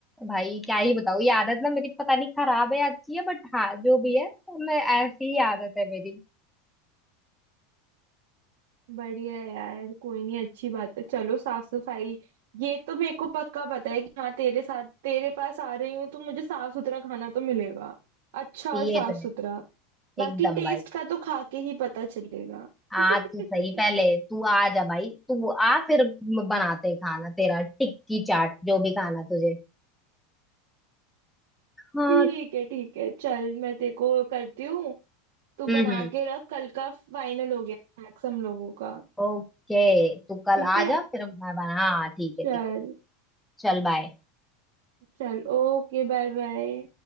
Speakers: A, in the centre; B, on the right.
A: भाई क्या ही बताऊँ ये आदत ना मेरी पता नहीं खराब है या अच्छी है बट हाँ जो भी है मैं ऐसी ही आदत है मेरी
B: बढ़िया है यार कोई नहीं अच्छी बात है चलो साफ सफाई ये तो मेरे को पक्का पता है कि हाँ तेरे साथ तेरे पास आ रही हूँ तो मुझे साफ सुथरा खाना तो मिलेगा अच्छा और
A: ये
B: साफ
A: तो
B: सुथरा
A: है
B: बाकी
A: एकदम
B: टेस्ट
A: भाई
B: का तो खा के ही पता चलेगा
A: आ
B: <laughs>
A: तू सही पहले तू आ जा भाई तू आ फिर बनाते हैं खाना तेरा टिक्की चाट जो भी खाना तुझे हाँ
B: ठीक है ठीक है चल मैं तेरे को करती हूँ तू
A: हम्म
B: बना
A: हम्म
B: के रख कल का फाइनल हो गया स्नैक्स हम लोगों का
A: ओके तू कल
B: ठीक
A: आ
B: है
A: जा फिर मैं बना हाँ ठीक है
B: चल
A: ठीक है चल बाय
B: चल ओके बाय बाय